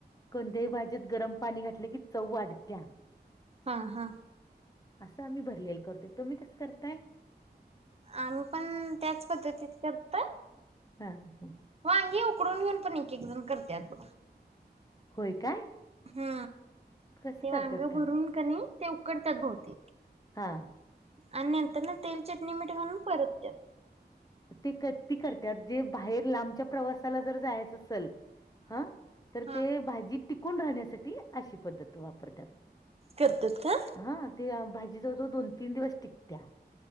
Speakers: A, on the left; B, on the right.
A: कोणत्याहीभाजीत गरम पाणी घातले की चव वाढत्या.
B: हा हा.
A: असं आम्ही भरलेलं करतो तुम्ही कसं करताय.
B: आम्ही पण त्याच पद्धतीत करतोय.
A: हा हा.
B: वांगे उकडून घेऊन पण एक एक जण करत्यात.
A: होय काय?
B: हा
A: कसं
B: ते
A: करतात
B: वांग भरून का नाही ते उकडत्यात बहुतेक‌.
A: हां.
B: आणि नंतर ना तेल चटणी मीठ घालून परत त्यात.
A: ते कती करतात जे बाहेर लांबच्या प्रवासाला जर जायचं असल. हा तर
B: हा
A: ते भाजी टिकून राहण्यासाठी अशी पद्धत वापरतात.
B: करतात का?
A: हा ते भाजी जवळजवळ दोन-तीन दिवस टिकत्या.